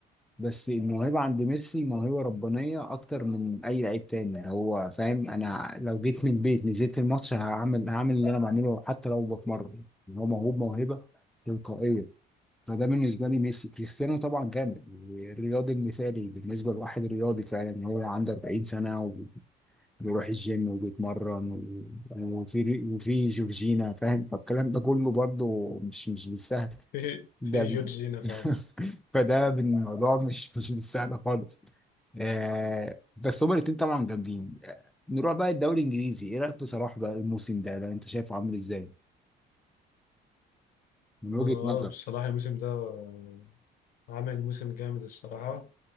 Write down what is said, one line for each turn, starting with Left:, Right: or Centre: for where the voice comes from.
Centre: بس الموهبة عند ميسي موهبة ربانية أكتر من أي لعيب تاني اللي هو فاهم أنا لو جيت من البيت نزلت الماتش هعمل هعمل اللي أنا بعمله حتى لو بتمرن يعني هو موهوب موهبة تلقائية فده بالنسبة لي ميسي كريستيانو طبعا جامد الرياضي المثالي بالنسبة لواحد رياضي فعلا إن هو عنده 40 سنة بيروح الجيم وبيتمرن و- وفي ري- وفي جورجينا فاهم فالكلام ده كله برضه مش مش بالسهل
Left: في
Centre: ده
Left: في جورجينا
Centre: ب...
Left: فعلا
Centre: <laughs> فده الموضوع مش مش بالسهل خالص آه بس هما الاتنين طبعا جامدين آه، نروح بقى الدوري الانجليزي ايه رايك في صلاح بقى الموسم ده لو انت شايفه عامل ازاي من
Left: انا
Centre: وجهة
Left: اه
Centre: نظر
Left: بصراحه الموسم ده آه، عمل موسم جامد الصراحه